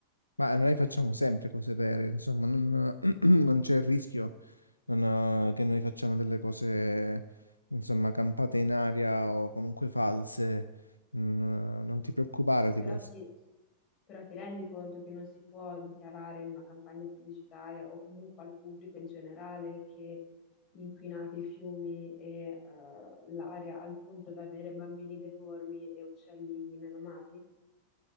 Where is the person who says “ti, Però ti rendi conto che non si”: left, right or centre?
Left